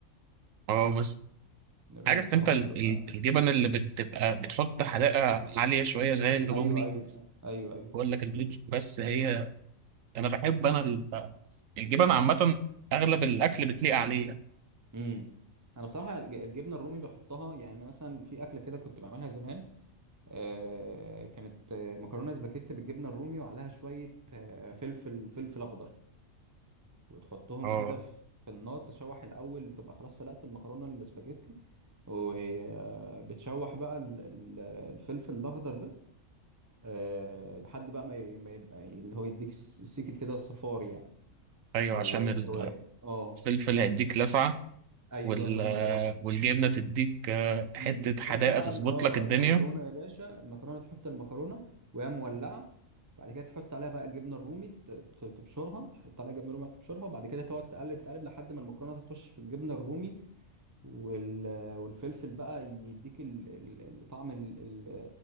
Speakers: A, on the right; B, on the right.
A: اه مثلا
B: الرومي
A: عارف
B: بصراحة
A: انت ال-
B: بتبقى
A: ال- الجبن اللي بتبقى بتحط حدائق عالية شوية زي الرومي
B: ايوه ايوه ايوه ايوه
A: بقول لك البلوج بس هي انا بحب انا ال- الجبن عامه اغلب الاكل بتليق عليه يعني.
B: امم انا بصراحه ج- الجبنه الرومي بحطها يعني أنا مثلا في اكله كده كنت بعملها زمان آه كانت آه، مكرونه سباكيت بالجبنه الرومي وعليها شويه آه فلفل فلفل اخضر وتحطهم
A: اه
B: كده في في النار تشوح الاول تبقى خلاص سلقت المكرونه السباكيتي وبتشوح بقى ال- ال- الفلفل الاخضر ده آه، لحد بقى ما ي- ما يبقى اللي هو يديك س- سيكت كده صفار يعني
A: ايوه
B: او
A: عشان
B: سواد اه
A: الفلفل هيديك لسعه
B: ايوه
A: وال
B: الله ينور
A: والجبنه تديك آه، حته
B: امم تحط
A: حداقه
B: بقى
A: تظبط
B: ال- اه
A: لك الدنيا
B: المكرونه يا باشا المكرونه تحط المكرونه وهي مولعه بعد كده تحط عليها بقى الجبنه الرومي ت- ت- تبشرها تحط عليها جبنه رومي تبشرها وبعد كده تقعد تقلب تقلب لحد ما المكرونه تخش في الجبنه الرومي وال... والفلفل بقى يديك ال... ال... الطعم ال... ال...